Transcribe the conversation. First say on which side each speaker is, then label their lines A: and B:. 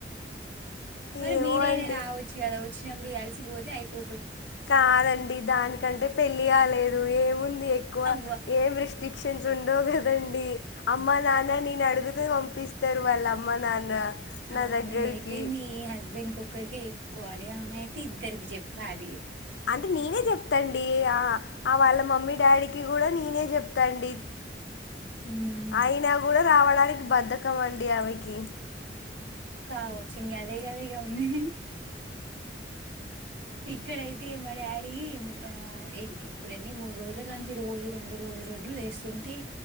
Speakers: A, on the right; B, on the left.
A: పరి
B: ఏమో
A: బీరైనా
B: అండి
A: దాగవొచ్చు కదా వ చ్చినప్పుడు కలిసిపోతే అయిపో
B: కాదండి దానికంటే పెళ్ళి కాలేదు ఏముంది ఎక్కువ
A: అవ్వ
B: ఏరిష్ ట్రిక్షన్స్ ఉండవు గద్ నండి అమ్మా నాన్న నేను అడుగు తే వంపిస్తారు వాళ్ళ అమ్మ నాన్న
A: ఆ
B: నా దగ్గరికి
A: మీరయితే మీ హస్బెండ్ కు ఒక్కరికే చెప్పుకోవాలి ఆమె అయితే ఇద్దరికి చెప్పాలి
B: అంటే నేనే చెప్తాన్ ది ఆ వాళ్ళ మమ్మీ డాడీకి కూడా నేనే చెప్తాండి
A: ఉమ్
B: అయినా కూడా రావడా <unintelligible> బద్దకమండి ఆమెకీ
A: ఆ వచ్చింగా అదే గదా ఇగ ఉన్నేది ఇక్కడైతే మా డాడీ మ ఆ ఇం ఇప్పుడెన్ని మూడు రోజుల కాంచి రోజు రెండు రోజు రెండు వేస్తుంటే,